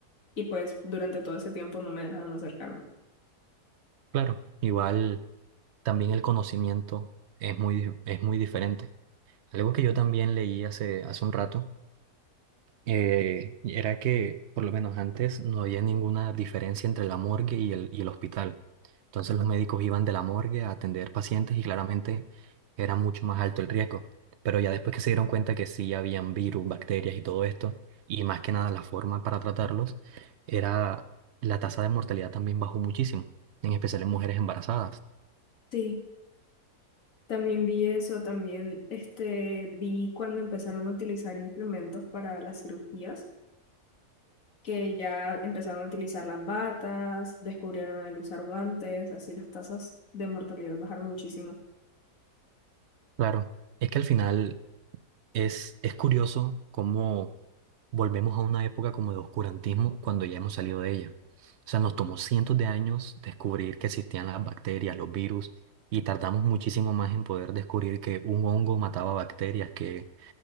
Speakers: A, on the left; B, on the right.
A: Y pues durante todo ese tiempo no me dejaron acercarme.
B: Claro, igual también el conocimiento es muy, di- es muy diferente. Algo que yo también leí hace, hace un rato eh, era que por lo menos antes no había ninguna diferencia entre la morgue y el, y el hospital. Entonces los médicos iban de la morgue a atender pacientes y claramente era mucho más alto el riesgo. Pero ya después que se dieron cuenta que sí habían virus, bacterias y todo esto, y más que nada la forma para tratarlos, era la tasa de mortalidad también bajó muchísimo, en especial en mujeres embarazadas.
A: Sí, también vi eso, también este, vi cuando empezaron a utilizar implementos para las cirugías, que ya empezaron a utilizar las batas, descubrieron el usar guantes, así las tasas de mortalidad bajaron muchísimo.
B: Claro, es que al final es, es curioso cómo volvemos a una época como de oscurantismo cuando ya hemos salido de ella. O sea, nos tomó cientos de años descubrir que existían las bacterias, los virus, y tardamos muchísimo más en poder descubrir que un hongo mataba bacterias, que,